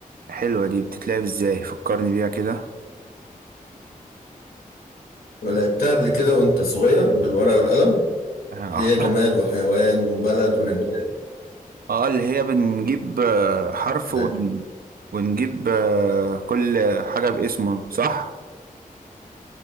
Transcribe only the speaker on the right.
حلوة دي بتتلعب ازاي فكرني بيها كده
اه
آه، اللي هي بنجيب آه، حرف ون...
ونجيب آه، كل حاجة باسمه صح